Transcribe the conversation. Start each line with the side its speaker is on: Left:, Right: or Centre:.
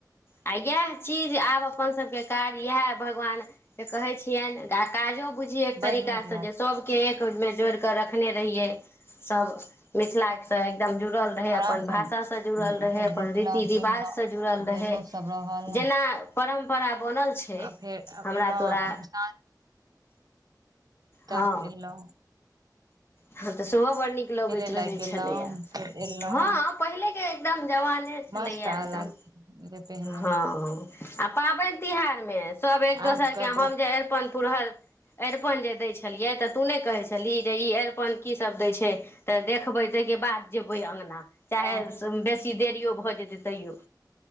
Left: आ याह चीज आब अपन सबके कार्य याह भगवान से कहे छियनि ग काजो बुझिय एक तरीका
Right: बड नीक
Left: से
Right: लागल
Left: जे सभके एक। मेजौर क रखने। रहियय सब मिथिला के। एकदम जुड़ल रहै अपन
Right: आराम
Left: भाषासँ
Right: से
Left: जुड़ल रहै
Right: फेर
Left: अपन
Right: देखलहुं
Left: रीति रिवाजसँ
Right: सुनलहुं
Left: जुड़ल रहै
Right: फेर लोक सब रहल
Left: जेना परम। <unintelligible> बनल छै
Right: आ फेर
Left: हमरा
Right: एलहुँ
Left: तोरा।
Right: साँझ तक
Left: हँ
Right: अयलौ
Left: हँ तऽ सेहो बड़ नीक लगैत
Right: लाग
Left: रहैत छलैया
Right: गेलहुं फेर एलहुं
Left: हँ पहिलेके। एकदम। जवाने छलय
Right: मस्त
Left: एकदम
Right: आ लाग पहिने
Left: हां अ पावन। बिहारमे। सब एक दोसरके
Right: आब कतहु
Left: हम जे अरपन पुरल। अरिपन जे दै छलियै तऽ तू नहि कहै छलही जे ई अरिपन। अरिपन की सब दै छै तऽ देखबै ताहिके बाद जेबै अङ्गना। चाहे
Right: ह
Left: बेसी देरियो भ जेतै। तैयो